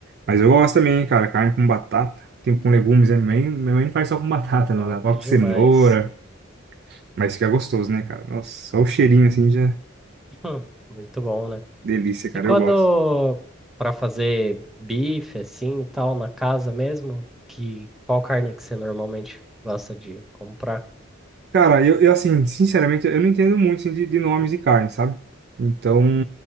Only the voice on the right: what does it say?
Mas eu gosto também, cara, carne com batata, tem com legumes, né? Minha mãe, minha mãe não faz só com batata,
não, ela coloca
cenoura, mas fica gostoso, né, cara? Nossa, só o cheirinho assim já é
delícia, cara,
eu gosto.
Cara, eu, eu assim, sinceramente, eu não entendo muito assim, de, de nomes de carne, sabe? Então,